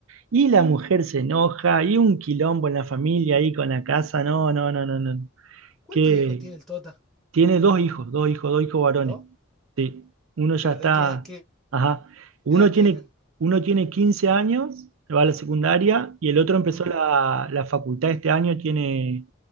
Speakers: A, on the right; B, in the centre.
A: y la mujer se enoja y un quilombo en la familia ahí con la casa, no, no, no, no, no.
B: ¿Cuántos
A: Que
B: hijos tiene el Tota?
A: tiene dos hijos, dos hijos, dos hijos varones.
B: ¿Dos?
A: Sí, uno ya
B: ¿Pero
A: está,
B: de qué, ed- qué
A: ajá, uno
B: edad
A: tiene,
B: tienen?
A: uno tiene 15 años, va a la secundaria y el otro empezó
B: Mm.
A: la, la facultad este año, tiene,